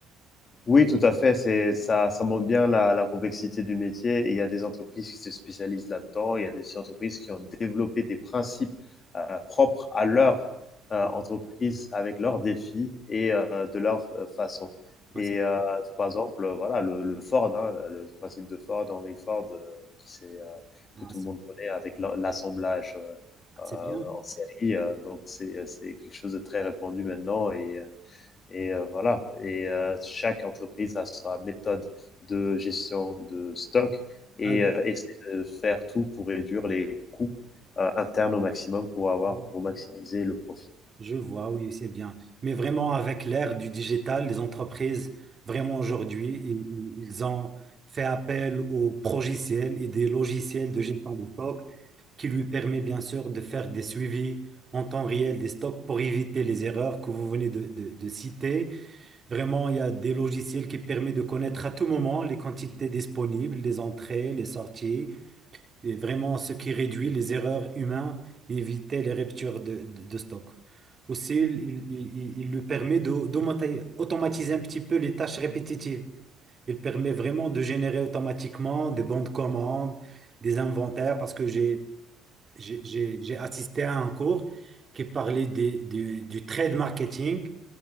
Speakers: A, on the left; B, on the right.
A: Oui, tout à fait. C'est, ça, ça montre bien la, la complexité du métier. Et il y a des entreprises qui se spécialisent là-dedans. Il y a des entreprises qui ont développé des principes euh, propres à leur euh,
B: Ah,
A: entreprise avec leurs défis et euh, de leur euh, façon.
B: ah,
A: Et
B: c'est
A: euh, par exemple, euh, voilà, le, le Ford, hein, le le principe de Ford, Henry Ford, euh, qui c'est, euh,
B: ah,
A: que tout
B: c'est-
A: le monde connaît avec l'en- l'assemblage euh,
B: ah,
A: euh,
B: c'est bien.
A: en série. Euh, donc, c'est, euh, c'est quelque chose de très répandu maintenant. Et euh, et euh, voilà. Et euh, chaque entreprise a sa méthode de gestion de stock et
B: Ah
A: euh, essaie de faire tout pour réduire les coûts euh, internes au maximum pour avoir
B: oui.
A: pour maximiser le profit.
B: Je vois, oui, c'est bien. Mais vraiment, avec l'ère du digital, les entreprises, vraiment aujourd'hui, ils, ils- ils ont fait appel aux progiciels et des logiciels de gestion des stocks qui lui permet bien sûr de faire des suivis en temps réel des stocks pour éviter les erreurs que vous venez de, de- de citer. Vraiment, il y a des logiciels qui permettent de connaître à tout moment les quantités disponibles, les entrées, les sorties. Et vraiment, ce qui réduit les erreurs humaines et éviter les ruptures de, de- de stock. Aussi, il, il- il- il lui permet de- d'automati- d'automatiser un petit peu les tâches répétitives. Il permet vraiment de générer automatiquement des bons de commande, des inventaires, parce que j'ai j'ai- j'ai- j'ai assisté à un cours qui parlait des- du, du trade marketing